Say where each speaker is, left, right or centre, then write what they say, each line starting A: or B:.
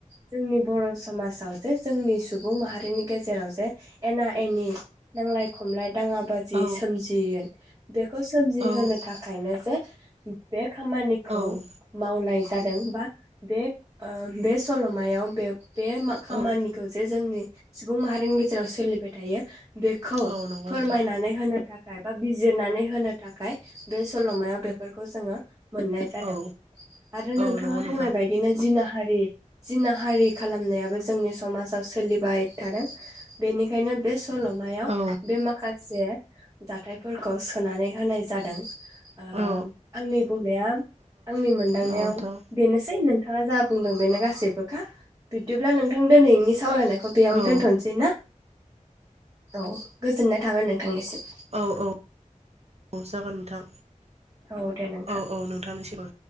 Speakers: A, on the right; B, on the right.
A: जोंनि बर समाजाव जे जोंनि सुबुं माहारिनि गेजेराव जे एना एनि नांलाय खमलाय दाङा बाजि
B: औ
A: सोमजियोन बेखौ सोमजिहोनो
B: औ
A: थाखायनो जे बे खामानिखौ
B: औ
A: मावनाय जादों बा बे ओ बे सल'मायाव बे बे खामानिखौ
B: औ
A: जे जोंनि सुबुं माहारिनि गेजेराव सोलिबाय थायो बेखौ
B: औ नंगौ
A: फोरमायनानै
B: नोंथां
A: होनो थाखाय बा बिजिरनानै होनो थाखाय बे सलमायाव बेफोरखौ जोङो मोननाय जादों
B: औ
A: आरो नोंथाङा
B: औ नंगौ नोंथां
A: बुंनाय बायदिनो जि जिनाहारि खालामनायाबो जोंनि समाजाव सोलिबाय थादों बेनि बेनो बेस्ट। सलमायाव
B: औ
A: बे माखासे। जाथायफोरखौ सोनानै होनाय जादों। ओ-आंनि
B: औ
A: बुंनाया आंनि मोनदांनायाव
B: नंगौ नोंथां
A: बेनोसै नोंथाङा जा बुंदों बेनो गासैबोखा बिब्दिब्ला नोंथां दिनैनि सावरायनाय। खौ बेयावनो
B: औ
A: दोनथ'नोसै ना? औ गोजोननाय थाबान नोंथांनिसिम।
B: औ औ औ जागोन नोंथां।
A: औ दे नोंथां
B: औ औ नोंथांनिसिमबो।